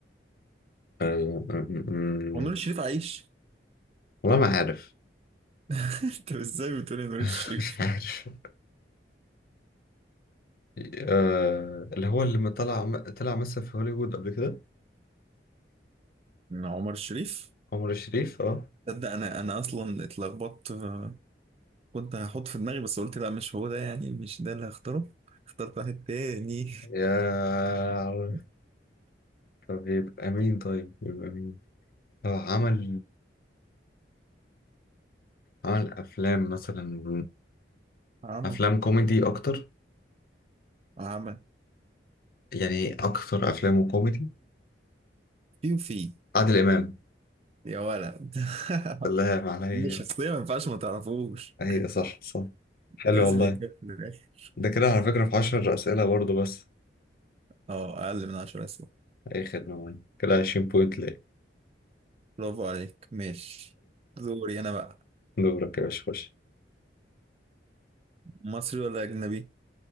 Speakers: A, on the left; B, on the right.
A: أه، أمم،
B: هو نور الشريف عايش
A: والله ما عارف
B: <laughs> انت ازاي بتقولي نور الشريف
A: <laughs> مش عارف أه اللي هو اللي ما طلع طلع مثل في هوليوود قبل كده
B: من عمر الشريف
A: عمر الشريف اه
B: تصدق انا انا اصلا اتلخبطت آه، كنت هحط في دماغي بس قلت لا مش هو ده يعني مش ده اللي هختاره اخترت واحد تاني
A: يا عارف.
B: <laughs>
A: طب يبقى مين طيب يبقى مين هو عمل عمل أفلام مثلا
B: عمل
A: أفلام كوميدي أكتر
B: عمل
A: يعني أكتر أفلامه كوميدي
B: في وفي
A: عادل إمام
B: يا ولد <laughs>
A: الله معناها
B: مش
A: هي
B: شخصية ما ينفعش ما تعرفوش
A: هي صح صح حلو
B: لازم
A: والله
B: يتجاب في الآخر
A: ده كده على فكرة في عشر أسئلة برضه بس
B: اه أقل من عشرة أسئلة
A: أي خدمة والله. كده 20 بوينت ليه
B: برافو عليك ماشي دوري أنا بقى
A: دورك يا باشا خش
B: مصري ولا أجنبي؟